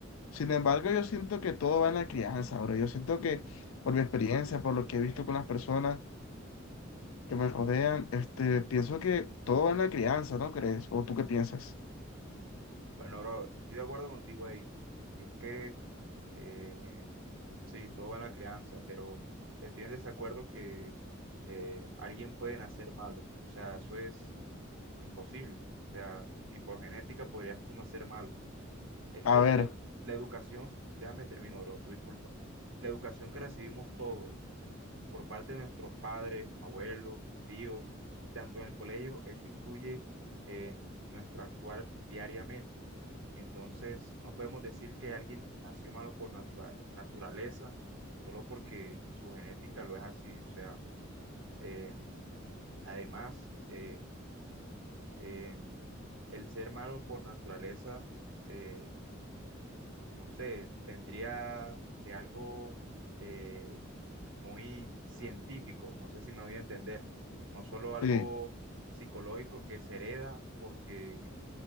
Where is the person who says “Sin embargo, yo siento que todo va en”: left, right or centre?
Left